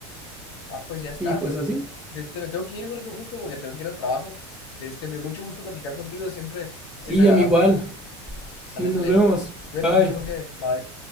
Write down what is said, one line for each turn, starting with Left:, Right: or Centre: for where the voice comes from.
Left: Ah, pues ya está.
Centre: Y pues así.
Left: De este, me tengo que ir porque justo porque tengo que ir al trabajo. De este, me dio mucho gusto platicar contigo, siempre
Centre: Sí,
Left: es agradable,
Centre: a mí igual.
Left: ¿no?
Centre: Sí,
Left: Sale,
Centre: nos
Left: sale.
Centre: vemos.
Left: Cuídate
Centre: Bye.
Left: mucho, Jorge. Bye.